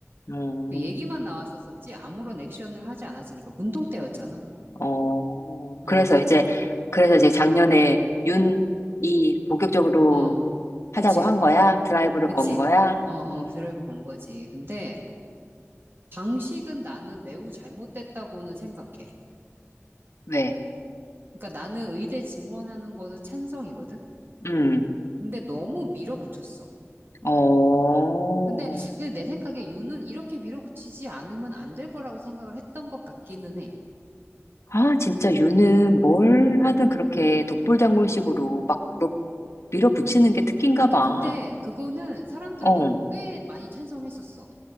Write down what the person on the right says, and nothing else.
얘기만 나왔었었지, 아무런 액션을 하지 않았으니까, 문동 때였잖아,
응,
어,
그치,
그치,
어, 어,
드라이브 건 거지. 근데, 방식은 나는 매우 잘못됐다고는 생각해.
그러니까 나는 의대 증원하는 거는 찬성이거든?
근데 너무 밀어붙였어.
근데, 근데 내 생각에 유는 이렇게 밀어붙이지 않으면 안 될 거라고 생각을 했던 것 같기는 해.
아니,
근데 그거는 사람들도
꽤 많이 찬성했었어.